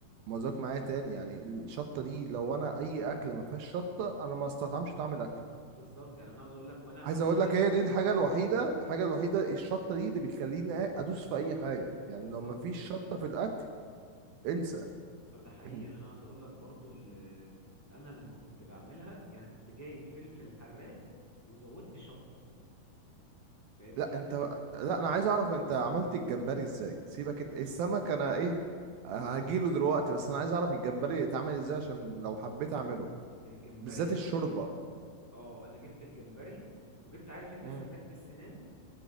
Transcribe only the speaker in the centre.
بالظبط يعني انا عاوز اقول لك وانا بعملها
بالظبط
ده حقيقي
يعني انا عاوز اقول لك برضو ال- انا لما كنت بعملها يعني كنت جايب فلفل حراق وزودت شطه فاهمني
بص
الجمبري
انا جبت اه انا جبت الجمبري وجبت عارف انت
سلكت السنان